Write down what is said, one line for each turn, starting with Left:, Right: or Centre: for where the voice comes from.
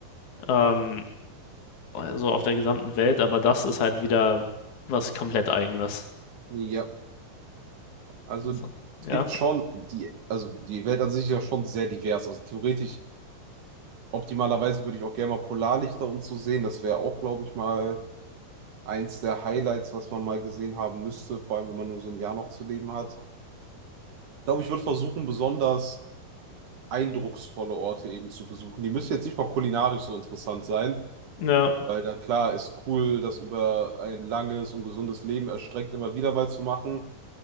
Left: ähm, so auf der gesamten Welt, aber das ist halt wieder was komplett Eigenes.
Right: Ja, also
Left: So. Ja,
Right: es gibt schon die, also die Welt an sich ist ja schon sehr divers. Also theoretisch, optimalerweise würde ich auch gerne mal Polarlichter und so sehen. Das wäre auch, glaube ich, mal eins der Highlights, was man mal gesehen haben müsste, vor allem wenn man nur so ein Jahr noch zu leben hat. Ich glaube, ich würde versuchen, besonders eindrucksvolle Orte eben zu besuchen. Die müssen jetzt nicht mal kulinarisch so interessant sein,
Left: ja,
Right: Weil dann klar ist cool, das über ein langes und gesundes Leben erstreckt immer wieder mal zu machen.